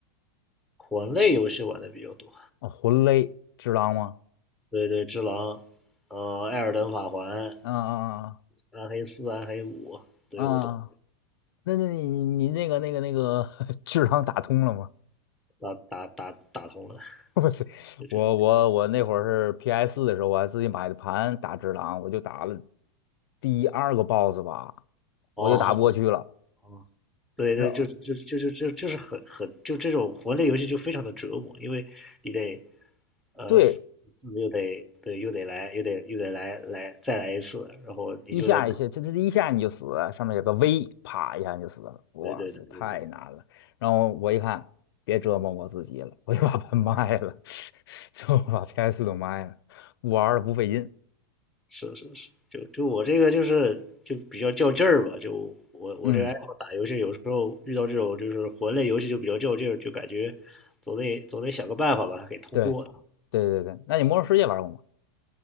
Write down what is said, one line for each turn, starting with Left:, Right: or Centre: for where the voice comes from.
Centre: 魂类游戏玩的比较多，
Left: 哦，魂类智狼吗？
Centre: 对对，只狼，呃，艾尔登法环，
Left: 啊啊
Centre: 暗黑四、暗黑五，对我都
Left: 啊！啊那那你你那个那个那个 <laughs> 智狼打通了吗？
Centre: 打打打打通了，
Left: <laughs> 我是我我我那会儿是
Centre: 就这，
Left: PS 四的时候，我还自己买的盘打智狼，我就打了第二个 BOSS 吧，
Centre: 哦，
Left: 我就打不过去了。
Centre: 哦哦对对，
Left: 然后
Centre: 就就就就就就是很很就这种魂类游戏就非常的折磨，因为你得，呃，
Left: 对，
Centre: 死死又得对又得来又得又得来来再来一次，然后你就得对
Left: 一下一下，它它一下你就死，上面有个 V，啪一下你就死了。哇塞，
Centre: 对对对
Left: 太难了。然后我一看，别折磨我自己了，我就把它卖了，<laughs> 就把 PS 都卖了，玩儿不费劲。
Centre: 是是是，就就我这个就是就比较较劲儿吧，就我我这个爱好打游戏，
Left: 嗯，
Centre: 有时候遇到这种就是魂类游戏就比较较劲儿，就感觉总得总得想个办法把它给通过。
Left: 对，对对对。那你《魔兽世界》玩过吗？